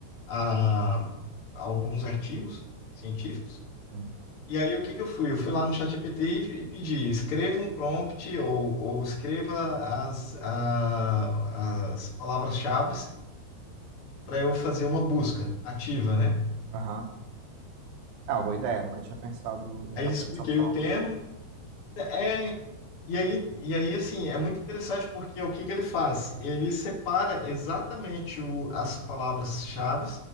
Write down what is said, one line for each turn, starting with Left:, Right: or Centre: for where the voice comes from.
Left: a alguns artigos científicos
Right: uhum,
Left: E aí, o que que eu fui? Eu fui lá no ChatGPT e, e pedi, escreva um prompt ou, ou escreva as, a- as palavras-chave para eu fazer uma busca ativa, né?
Right: aham. É uma boa ideia, nunca tinha pensado em
Left: Aí
Right: fazer
Left: expliquei
Right: dessa forma.
Left: o tema. É, e aí, e aí, assim, é muito interessante porque o que que ele faz? Ele separa exatamente o, as palavras-chave.